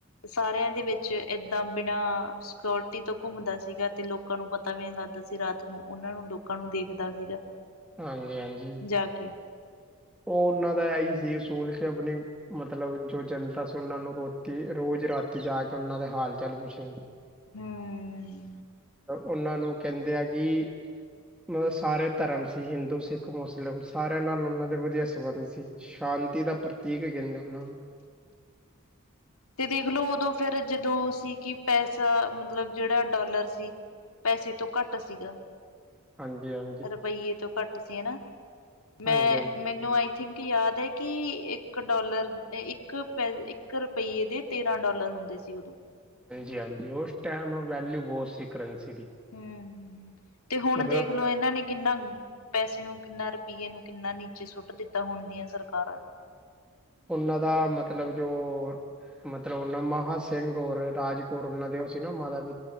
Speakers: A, on the left (about 80°); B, in the centre.
A: ਸਾਰਿਆਂ ਦੇ ਵਿੱਚ ਇਹਦਾਂ ਬਿ ਨਾ ਸਕਿਓਰਟੀ ਤੋਂ ਘੁੰਮਦਾ ਸੀਗਾ। ਤੇ ਲੋਕਾਂ ਨੂੰ ਪਤਾ ਵੀ ਨੀ ਲੱਗਦਾ ਸੀ। ਰਾਤ ਨੂੰ ਉਹਨਾਂ ਨੂੰ ਲੋ ਲੋਕਾਂ ਨੂੰ ਦੇਖਦਾ ਸੀਗਾ,
B: ਹਾਂਜੀ-ਹਾਂਜੀ।
A: ਤਾਕੀ <unintelligible>
B: ਉਹ ਉਹਨਾਂ ਦਾ ਇਹੀ ਸੀ, ਅਸੂਲ ਕੇ ਆਪਣੀ, ਮਤਲਬ ਜੋ ਜਨਤਾ ਸੀ, ਉਹਨਾਂ ਨੂੰ ਰੋਟੀ, ਰੋਜ ਰਾਤੀ ਜਾ ਕੇ ਉਹਨਾਂ ਦੇ, ਹਾਲ ਚਾਲ ਪੁੱਛਨੇ।
A: ਹਮ! <unintelligible>
B: ਉਹਨਾਂ ਨੂੰ, ਕਹਿੰਦੇ ਆ ਬੀ, ਮਤਲਬ ਸਾਰੇ ਧਰਮ ਸੀ, ਹਿੰਦੂ, ਸਿੱਖ ਮੁਸਲਿਮ, ਸਾਰਿਆਂ ਨਾਲ ਉਹਨਾਂ ਦੇ, ਦੇ ਸਵੰਗ <unintelligible> ਸੀ, ਸ਼ਾਂਤੀ ਦਾ ਪ੍ਰਤੀਕ ਵੀ ਕਹਿੰਦੇ ਹੈਂ, ਉਹਨਾਂ ਨੂੰ।
A: ਤੇ ਦੇਖਲੋ ਉਦੋਂ ਫਿਰ ਜਦੋਂ ਸੀ, ਕਿ ਪੈਸਾ ਮਤਲਬ ਜਿਹੜਾ ਡੋਲਰ ਸੀ, ਪੈਸੇ ਤੋਂ ਘੱਟ ਸੀਗਾ,
B: ਹਾਂਜੀ, ਹਾਂ।
A: ਰੁਪਈਏ ਤੋਂ ਘੱਟ ਸੀ ਹੈਨਾ ਮੈਂ,
B: ਹਾਂਜੀ-ਹਾਂਜੀ,
A: ਮੈਨੂੰ ਆਈ ਥਿੰਕ ਯਾਦ ਏ, ਕਿ ਇੱਕ ਡਾਲਰ ਇੱਕ ਪੈ ਈ ਇੱਕ ਰੁਪਈਏ ਦੇ, ਤੇਰਾਂ ਡੋਲਰ ਹੁੰਦੇ ਸੀ ਉਦੋਂ।
B: ਹਾਂਜੀ-ਹਾਂਜੀ ਉਸ ਟਾਈਮ ਵੈਲਿਊ ਬਹੁਤ ਸੀ। ਕਰੰਸੀ ਦੀ।
A: ਹਮ ਤੇ ਹੁਣ
B: ਮਤਲਬ
A: ਦੇਖ ਲੋ। ਇਹਨਾਂ ਨੇਂ ਕਿੰਨਾ ਪੈਸੇ ਨੂੰ, ਕਿੰਨਾ ਰੁਪਈਏ ਨੂੰ, ਕਿੰਨਾ ਨੀਚੇ ਸੁੱਟ ਦਿੱਤਾ। ਹੁਣ ਦੀਆਂ ਸਰਕਾਰਾਂ ਨੇ,
B: ਉਹਨਾਂ ਦਾ ਮਤਲਬ ਜੋ, ਮਤਲਬ ਉਹ ਨਾ, ਮਹਾ ਸਿੰਘ ਔਰ ਰਾਜ ਕੌਰ ਉਹਨਾਂ ਦੇ, ਉਹ ਸੀ ਨਾ ਮਾਤਾ ਵੀ